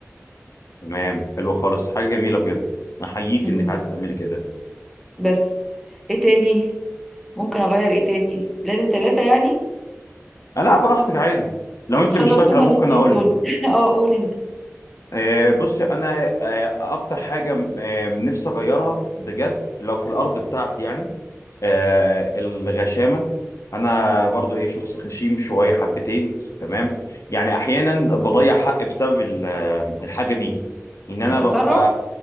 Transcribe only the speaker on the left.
تمام حلو خالص حاجه جميله بجد احييك
انك عايزه تعملي كده
آه، لا براحتك عادي لو انت
مش فاكره
ممكن
اقول
لك
آه، بصي انا آه، اكتر حاجه آه، نفسي اغيرها بجد لو في الارض بتاعتي يعني آه الغشامة أنا برضو إيه شخص غشيم شوية حبتين تمام يعني أحيانا بضيع حق بسبب ال- آه، الحاجة دي إن أنا
ببقى